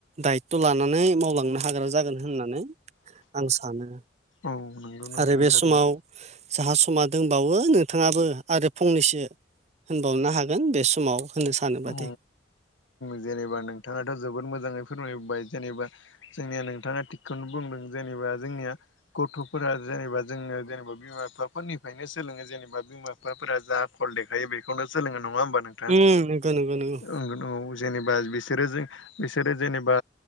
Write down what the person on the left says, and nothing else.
औ नंगौ नोंथां
थारैनो
औ जेनेबा नोंथाङाथ' जोबोद मोजाङै फोरमायबाय जेनेबा जोंनिया नोंथाङा थिगखौनो बुंदों जेनेबा जोंनिया गथ'फोरा जेनेबा जोंनो जेनेबा बिमा बिफाफोरनिफ्रायनो सोलोङो जेनेबा बिमा बिफाफोरा जा फल देखायो बेखौनो सोलोङो नङा होमबा नों
ओ ओम जेनेबा बिसोरो जों बिसोरो जेनेबा